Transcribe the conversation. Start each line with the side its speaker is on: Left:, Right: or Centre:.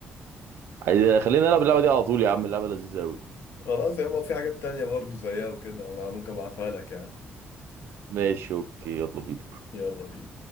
Right: عايز خلينا نلعب اللعبه دي على طول يا عم اللعبه لذيذه قوي
Left: خلاص يابا في حاجات تانية برضو زيها وكده أبقى ممكن ابعتها لك يعني
Right: ماشي اوكي يلا بينا
Left: يلا بينا